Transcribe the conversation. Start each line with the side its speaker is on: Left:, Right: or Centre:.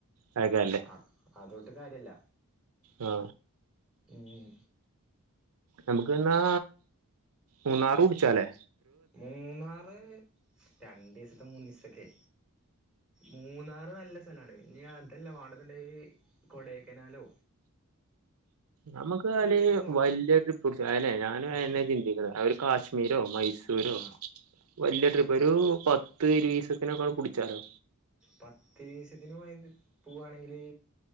Right: അതൊക്കെല്ലേ
Centre: ആഹ് അതോട്ട് കാര്യല്ല
Right: ആ
Centre: ഉം
Right: നമുക്ക്ന്നാ മൂന്നാറുടിച്ചാലേ
Centre: മൂന്നാറ് രണ്ടിസത്തെ മൂന്നീസൊത്തൊക്കെ മൂന്നാറ് നല്ല സ്ഥലാണ് ഇനി അതല്ല വാണ്ടത് ണ്ടേ കൊടൈക്കനാലോ
Right: നമ്മുക്ക് അല്ലേ
Centre: ട്രിപ്പ് നോക്കണം
Right: വല്ല്യ ട്രിപ്പ് ട്ച്ചാലെ ഞാനയന്നെയാ
Centre: ആഹ്
Right: ചിന്തിക്ക്ണേ അവര് കാശ്മീരോ മൈസൂ രോ
Centre: ആഹ്
Right: വല്യ ട്രിപ്പ് ഒരു പത്ത് ഇരീവിസത്തിനൊക്കെ പിടിച്ചാലോ
Centre: പത്തീസത്തിന് പോയാണ്ട് പോവാണെങ്കില്